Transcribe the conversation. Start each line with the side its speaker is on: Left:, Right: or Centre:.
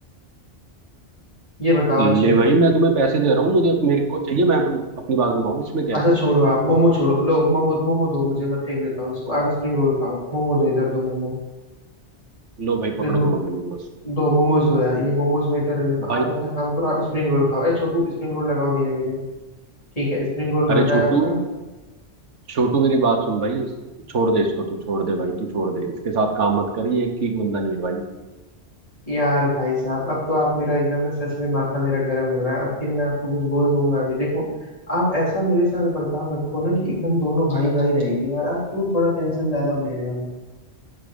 Left: ये बताओ
Right: ले
Left: अच्छा
Right: भाई मैं तुम्हें पैसे दे रहा हूँ मुझे मेरे को चाहिए मैं तुम अपनी बात मनवाऊँ इसमें क्या
Left: अच्छा
Right: है
Left: छोड़ो आप मोमो छोड़ो लो मोमो मोमो दो मुझे मैं फेंक देता हूँ इसको आप स्प्रिंग रोल खाओ मोमो दो इधर दो मोमो
Right: लो भाई
Left: देखो
Right: पकड़ो तुम अपने मोमोज
Left: दो मोमोज दो यार ये मोमोज मैं इधर रख देता
Right: भाई
Left: हूँ आप ऐसा काम करो आप स्प्रिंग रोल खाओ ए छोटू स्प्रिंग रोल लगाओ भैया के लिए ठीक है स्प्रिंग रोल
Right: अरे
Left: बन रहा
Right: छोटू
Left: है आपका
Right: छोटू मेरी बात सुन भाई इस- छोड़ दे इसको तू छोड़ दे भाई तू छोड़ दे इसके साथ काम मत कर ये एक ठीक बंदा नहीं है भाई
Left: यार भाई साहब अब तो आप मेरा एकदम ना सच में माथा मेरा गर्म हो रहा है अब फिर मैं आपको कुछ बोल दूंगा अभी देखो आप ऐसा मेरे साथ बर्ताव रखो ना कि एकदम दोनों भाई भाई रहेंगे यार आप क्यों थोड़ा टेंशन ज्यादा ले रहे हो